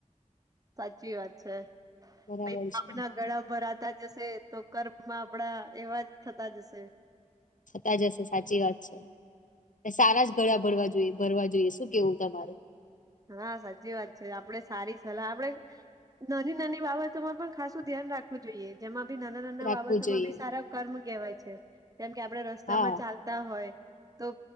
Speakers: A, on the right; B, on the left.
A: સાચી વાત છે
B: બરાબર
A: પ પાપના
B: છે
A: ગળા ભરાતા જશે. તો કર્મમાં આપડા એવા જ થતા જશે.
B: થતા જશે સાચી વાત છે. સારા જ ગળા ભરવા જોઈએ ભરવા જોઈએ શું કેવું તમારું?
A: હા સાચી વાત છે આપડે સારી સલાહ આપડે. નાની નાની બાબતોમાં પણ ખાસું ધ્યાન રાખ જોઈ જેમાં બી નાના નાના
B: રાખવું
A: બાબતોમાં
B: જોઈએ
A: બી સારા કર્મ કહેવાય છે. જેમ કે આપડે રસ્તામાં
B: હા
A: ચાલ હોય તો